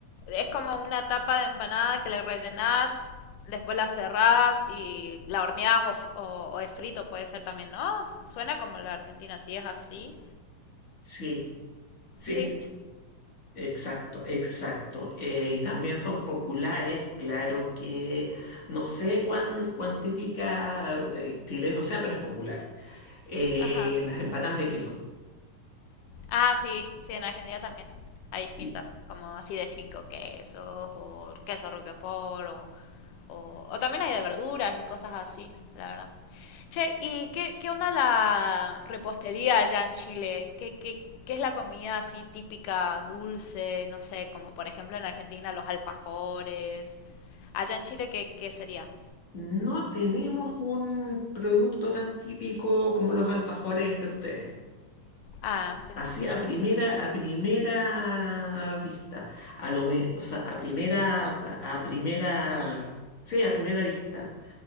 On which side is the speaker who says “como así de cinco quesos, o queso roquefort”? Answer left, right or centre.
Left